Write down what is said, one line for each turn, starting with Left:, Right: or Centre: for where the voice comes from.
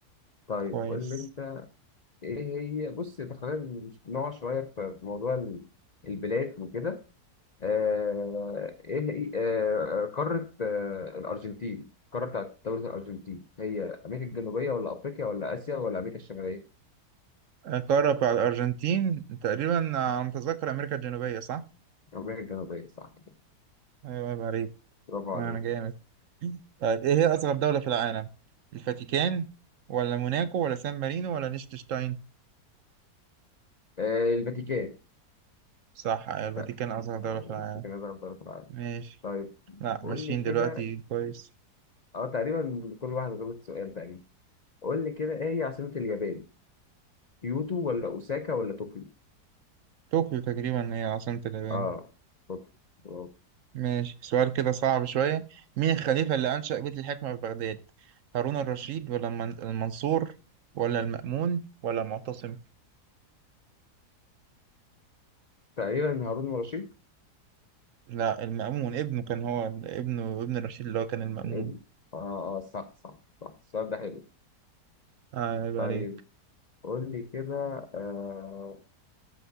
Left: طيب
Right: كويس
Left: قول لي انت ايه هي بص تخيل نقع شويه في في موضوع ال- البلاد وكده آه، ايه هي- آه، قارة آه، الأرجنتين القارة بتاعت دولة الأرجنتين هي أمريكا الجنوبية ولا أفريقيا ولا آسيا ولا أمريكا الشمالية؟
Right: آه، قارة بتاع الارجنتين تقريبا على ما اتذكر امريكا الجنوبية صح
Left: أمريكا الجنوبية صح كده
Right: ايوه عيب عليك
Left: برافو عليك
Right: آه، انا جامد طيب ايه هي اصغر دولة في العالم الفاتيكان ولا موناكو ولا سان مارينو ولا ليechtenstein
Left: آه، الفاتيكان
Right: صح ايوه الفاتيكان
Left: لا
Right: اصغر دولة
Left: آه،
Right: في العالم
Left: الفاتيكان أصغر دولة في العالم
Right: ماشي
Left: طيب
Right: لا
Left: قول
Right: ماشيين
Left: لي كده
Right: دلوقتي كويس
Left: أه تقريبا كل واحد غلط سؤال تقريبا قول لي كده إيه هي عاصمة اليابان؟ كيوتو ولا أوساكا ولا طوكيو؟
Right: طوكيو تقريبا هي عاصمة اليابان
Left: أه طوكيو برافو
Right: ماشي سؤال كده صعب شوية مين الخليفة اللي أنشأ بيت الحكمة في بغداد؟ هارون الرشيد ولا المن- المنصور ولا المأمون ولا المعتصم؟
Left: تقريبا هارون الرشيد
Right: لا المأمون ابنه كان هو ابنه ابن الرشيد اللي هو كان المأمون
Left: اه اه صح صح صح السؤال ده حلو
Right: آه عيب عليك
Left: طيب قول لي كده آه،